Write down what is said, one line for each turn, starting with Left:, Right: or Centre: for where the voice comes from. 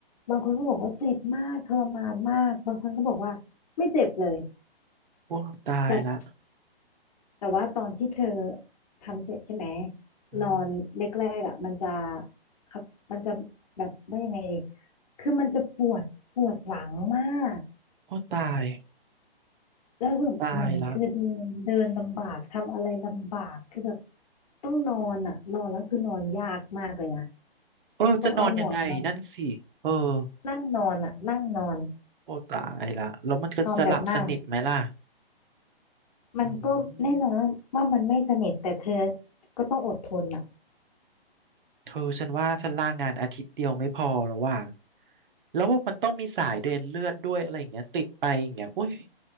Left: บางคนก็บอกว่าเจ็บมากทรมานมากบางคนก็บอกว่าไม่เจ็บเลย
Right: โอ้ตายละ
Left: แบบ แต่ว่าตอนที่เธอทำเสร็จใช่ไหม
Right: อืม
Left: นอนแรกๆอ่ะมันจะครับมันจะแบบว่ายังไงดีคือมันจะปวดปวดหลังมาก
Right: โอ้ตาย
Left: แล้วคือเหมือนคือเดินเดินลำบากทำอะไรลำบากคือแบบ
Right: ตายละ
Left: ต้องนอนอ่ะนอนแล้วคือนอนยากมากเลยนะ
Right: เออจะนอนยังไงนั่นสิเออ
Left: ต้องเอาหมอนมานั่งนอนอ่ะนั่งนอน
Right: โอ้ตายละแล้วมันก็จะหลับสนิทไหมล่ะ
Left: นอนแบบนั่งมันก็แน่นอนว่าว่ามันไม่สนิทแต่เธอ
Right: อืม
Left: ก็ต้องอดทนอ่ะ
Right: เธอฉันว่าฉันลางานอาทิตย์เดียวไม่พอแล้วว่ะ แล้วว่ามันต้องมีสายเดินเลือดด้วยอะไรอย่างเงี้ยติดไปอย่างเงี้ยโอ้ย